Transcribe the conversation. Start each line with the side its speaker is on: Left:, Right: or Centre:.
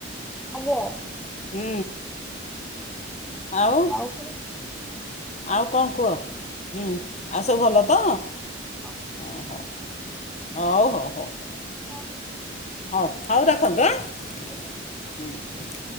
Centre: ଆଜ୍ଞା
Left: ହୁ, ଆଉ?
Centre: ଆଉ ତ
Left: ଆଉ କଣ କୁହ ହୁଁ ଆଉ ସବୁ ଭଲ ତ
Centre: ଆଜ୍ଞା
Left: ଓହୋ। ହଉ ହଉ ହଉ ହଉ।
Centre: <inaudible>
Left: ହଉ ହଉ ରଖନ୍ତୁ ଆଁ।
Centre: ଆଜ୍ଞା।
Left: ହୁଁ <unintelligible>